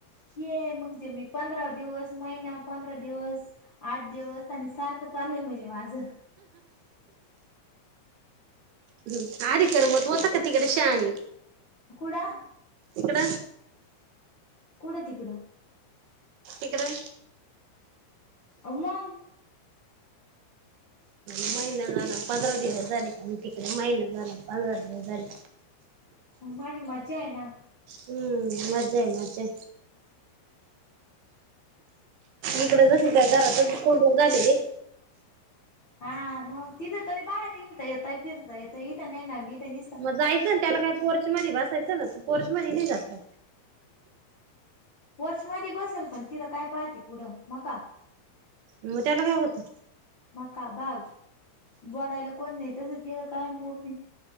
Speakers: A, on the left; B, on the right.
A: ये म्हणजे मी पंधरा दिवस महिना पंधरा दिवस आठ दिवस आणि सारखं चालू आहे म्हणजे माझ
B: हम्म आर कर मत होत का तिकडे शहाणी
A: कुडा
B: इकड
A: कुठं तिकडं?
B: इकडे.
A: अला
B: महिना झाला पंधरा दिवस झाले का तिकडे महिना झाला पंधरा दिवस झाली.
A: माझ मज्जा आहे ना
B: हम्म मज्जा मज्जा इकड जशी काय घरात कोणण झालेले
A: हा मग तिथं तरी बाहेर येकता येतय फिरता येत इथं नाही ना इथ निस
B: मग जायचं ना त्याला काही पोर्च मध भसायचं ना त पोर्च मध्ये नाही जातलं
A: पोर्च मध बसेल पण तिथं काय पाहते पुढं मका
B: मग त्याला काय होतं
A: म का बाग बोलायला कोण नाही तसं केलं काय मम्मी